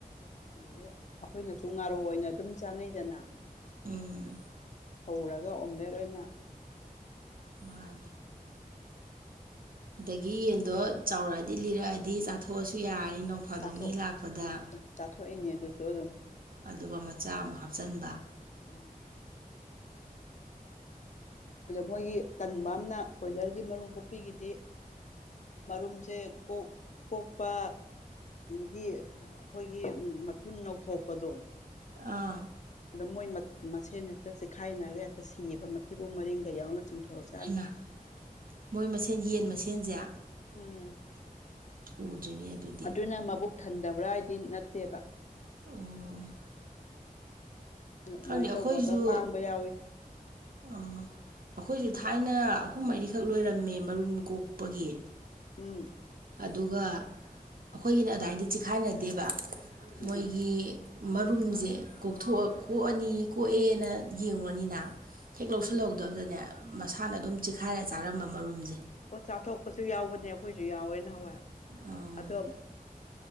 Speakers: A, on the left; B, on the right.
A: ꯑꯗꯒꯤ ꯑꯩꯈꯣꯏꯅꯁꯨ ꯉꯥꯔꯨ ꯑꯣꯏꯅ ꯑꯗꯨꯝ ꯆꯥꯅꯩꯗꯅ
B: ꯎꯝ
A: ꯍꯧꯔꯒ ꯑꯣꯝꯂꯦꯠ ꯑꯣꯏꯅ
B: ꯃꯥꯅꯤ ꯑꯗꯒꯤ ꯌꯦꯟꯗꯣ ꯆꯥꯎꯔꯛꯑꯗꯤ ꯂꯤꯔꯛꯑꯗꯤ ꯆꯥꯊꯣꯛꯑꯖꯨ ꯌꯥꯏ ꯅꯣꯡ ꯐꯥꯗꯧ
A: ꯆꯥꯊꯣꯛ
B: ꯃꯤ ꯂꯥꯛꯄꯗ
A: ꯎꯝ ꯆꯥꯊꯣꯛꯏꯅꯦ ꯑꯗꯨꯁꯨ ꯑꯗꯨꯝ
B: ꯑꯗꯨꯒ ꯃꯆꯥ ꯑꯃꯨꯛ ꯍꯥꯞꯆꯤꯟꯕ
A: ꯎꯝ ꯑꯗ ꯃꯣꯏꯒꯤ ꯇꯟꯕ ꯑꯃꯅ ꯀꯣꯏꯂꯔꯒꯤ ꯃꯔꯨꯝ ꯀꯣꯛꯄꯤꯒꯤꯗꯤ ꯃꯔꯔꯨꯝꯨꯝꯁꯦ ꯀ ꯀꯣꯛꯄ ꯒꯤ ꯑꯩꯈꯣꯏꯒꯤ ꯃꯊꯨꯟ ꯅꯧꯊꯣꯛꯄꯗꯣ
B: ꯑꯥ
A: ꯑꯗ ꯃꯣꯏ ꯃꯁꯦꯟ ꯍꯦꯛꯇ ꯆꯤꯈꯥꯏꯅꯔꯒ ꯍꯦꯛꯇ ꯁꯤꯕ ꯃꯊꯤꯕꯨꯡ ꯃꯔꯤꯡꯒ ꯌꯥꯎꯅ ꯆꯤꯡꯊꯣꯔꯛ ꯆꯅꯤ
B: ꯍꯩꯃꯥ ꯃꯣꯏ ꯃꯁꯦꯟ ꯌꯦꯟ ꯃꯁꯦꯟꯁꯦ
A: ꯎꯝ
B: ꯎꯗ꯭ꯔꯤꯅꯦ ꯑꯗꯨꯗꯤ
A: ꯑꯗꯨꯅ ꯃꯕꯨꯛ ꯊꯟꯗꯕ꯭ꯔꯥ ꯍꯥꯏꯗꯤ ꯅꯠꯇꯦꯕ
B: ꯑꯣ
A: ꯑꯗꯨꯃꯥꯏꯅ
B: ꯈꯪꯅꯤ ꯑꯩꯈꯣꯏꯁꯨ
A: ꯇꯧꯕꯒ ꯃꯥꯡꯕ ꯌꯥꯎꯋꯤ
B: ꯑ ꯑꯩꯈꯣꯏꯁꯨ ꯊꯥꯏꯅ ꯑꯍꯨꯝ ꯃꯔꯤꯈꯛ ꯂꯣꯏꯔꯝꯃꯦ ꯃꯔꯨꯝ ꯀꯣꯛꯄꯒꯤ
A: ꯎꯝ
B: ꯑꯗꯨꯒ ꯑꯩꯈꯣꯏꯒꯤꯅ ꯑꯗꯨꯗꯥꯏꯗꯤ ꯆꯤꯈꯥꯏꯅꯗꯦꯕ
A: ꯎꯝ
B: ꯃꯣꯏꯒꯤ ꯃꯔꯨꯝꯁꯦ ꯀꯣꯛꯊꯣꯛꯑ ꯀꯣꯛꯑꯅꯤ ꯀꯣꯛꯑꯦꯅ ꯌꯦꯡꯉꯨꯅꯤꯅ ꯍꯦꯛ
A: ꯎꯝ
B: ꯂꯧꯁꯤꯜꯍꯧꯗꯕꯗꯅꯦ ꯃꯁꯥꯅ ꯑꯗꯨꯝ ꯆꯤꯈꯥꯏꯔ ꯆꯥꯔꯝꯕ ꯃꯔꯨꯝꯁꯦ
A: ꯑꯣ ꯆꯥꯊꯣꯛꯄꯁꯨ ꯌꯥꯎꯕꯅꯦ ꯑꯩꯈꯣꯏꯁꯨ ꯌꯥꯎꯋꯦ ꯅꯍꯥꯟꯋꯥꯏ
B: ꯎꯝ
A: ꯑꯗꯣ